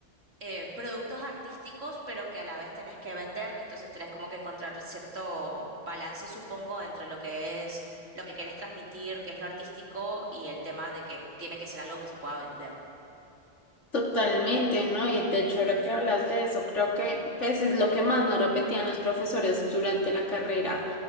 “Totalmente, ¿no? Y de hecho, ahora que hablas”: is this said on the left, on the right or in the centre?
Left